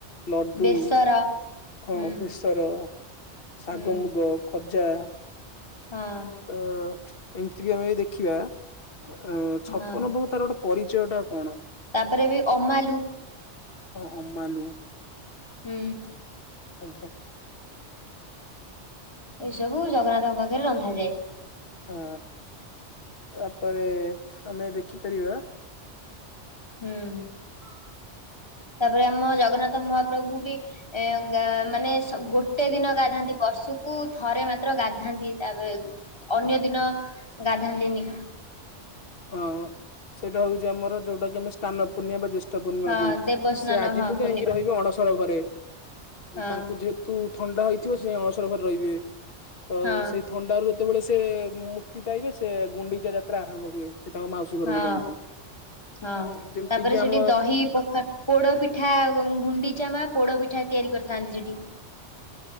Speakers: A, on the left (about 55°); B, on the left (about 20°).
A: ଲଡୁ,
B: ବେସର
A: ଖ
B: ହୁଁ
A: ବେସର, ଶାଗ
B: ହୁଁ
A: ମୁଗ, ଖଜ ଜା।
B: ହଁ
A: ତ ଏମିତି ବି ଆମେ ଯଦି ଦେଖିବା ଅ,
B: ହଁ
A: ଛପନ ଭୋଗ ତାର ଗୋଟେ ପରିଚୟ ଟା କଣ?
B: ତାପରେ ବି ଅମାଲୁ।
A: ହଁ ଅମାଲୁ।
B: ହୁଁ।
A: ଆଜ୍ଞା।
B: ଏଇ ସବୁ ଜଗନ୍ନାଥଙ୍କ ପାଖରେ ରନ୍ଧାଯାଏ।
A: ହଁ ତାପରେ ଆମେ ଦେଖିପାରିବା
B: ହୁଁ।
A: <inaudible>
B: ତାପରେ ଆମ ଜଗନ୍ନାଥ ମହାପ୍ରଭୁ ବି ଏ ଗ ମାନେ ସ ଗୋଟେ ଦିନ ଗାଧାନ୍ତି ବର୍ଷୁ କୁ ଥରେ ମାତ୍ର ଗାଧାନ୍ତି, ତାପରେ ଅନ୍ୟ ଦିନ ଗାଧାନ୍ତିନି।
A: ହଁ ସେଇଟା ହଉଛି ଆମର, ଯୋଉଟା କି ଆମେ ସ୍ନାନ ପୂର୍ଣ୍ଣିଆ ବା ଜେ ଷ୍ଟ ପୂର୍ଣ୍ଣିମାକୁ,
B: ହଁ ଦେବସ୍ନାନ
A: ସେ ଆଜିଠୁ
B: ହଁ
A: ଯାଇକି
B: ପୂର୍ଣ୍ଣିମା
A: ରହିବେ ଅଣସର ଘରେ।
B: ହଁ
A: ତାଙ୍କୁ ଯେହେତୁ ଥଣ୍ଡା ହେଇ ଦେଖିବ ସେ ଅଣସର ଘରେ ରହିବେ। ତ
B: ହଁ
A: ସେଇ ଥଣ୍ଡା ରୁ ଯେତେବେଳେ ସେ-ଏ-ଏ ମୁକ୍ତି ପାଇବେ ସେ ଗୁଣ୍ଡିଚା ଯାତ୍ରା ଆରମ୍ଭ ହୁଏ। ସେ ତାଙ୍କ ମାଉସୀ ଘରକୁ
B: ହଁ
A: ଯାଆନ୍ତି।
B: ହଁ
A: ଯେମିତି
B: ତାପରେ,
A: କିି
B: ସେଠି
A: ଆମ
B: ଦହି ପଖା ପୋଡପିଠା ଅ ଗୁଣ୍ଡିଚାମା ପୋଡ ପି ତିଆରି କରିଥାନ୍ତି ସେଠି।